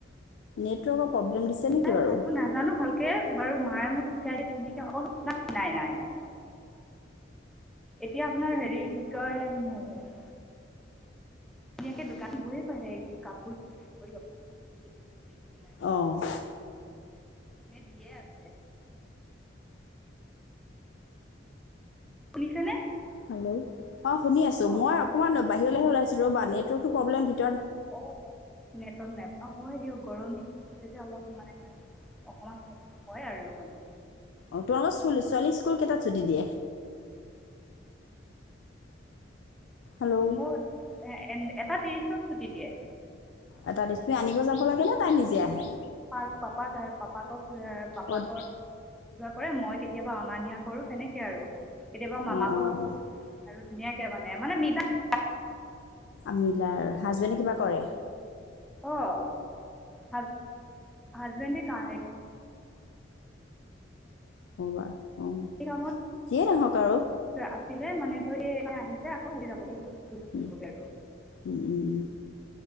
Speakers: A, on the left; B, in the centre.
A: নেটৱৰ্কৰ প্ৰব্লেম দিছে
B: <unintelligible>
A: নেকি বাৰু
B: নাজানো ভালকে, বাৰু মায়ে মোক শিকাই দিয়ে ধুনীয়াকে, <unintelligible> নাই নাই। নাই এতিয়া আপোনাৰ হেৰি কি কয় ধুনীয়াকে দোকান <unintelligible> পাৰে একদম কাপোৰ চিলাই কৰি <unintelligible>
A: অঁ।
B: এ দিয়ে আছে। শুনিছেনে?
A: হেল্ল'! অ শুনি আছো
B: অ
A: মই অকমান বাহিৰলৈহে ওলাইছো ৰ'বা নেট <unintelligible> প্ৰবলেম <unintelligible>
B: <inaudible> মানে
A: অ তোমালোকৰ ছুল - ছোৱালী স্কুল কেইটাত ছুটি দিয়ে? হেল্ল'
B: মোৰ <unintelligible> টা তিৰিছত ছুটি দিয়ে।
A: এটা তুমি আনিব যাব লাগেনে তাই নিজে আহে
B: <inaudible>
A: অঁ
B: কৰে মই কেতিয়াবা অনা নিয়া কৰো তেনেকে আৰু। কেতিয়াবা মামাকৰ
A: অঁ অঁ
B: লগতো আৰু ধুনীয়াকে মানে, মানে মিলা <inaudible>
A: আমিলাৰ হাজবেণ্ডে কিবা কৰে?
B: অ হাজ - হাজবেন্দে <unintelligible>
A: <unintelligible> অঁ,
B: এই কামত
A: যিয়েই নহওক আৰু।
B: আছিলে মানে ধৰি <unintelligible> আহিছে আকৌ ঘূৰি যাব <unintelligible>
A: উম,
B: আৰু
A: উম উম উম।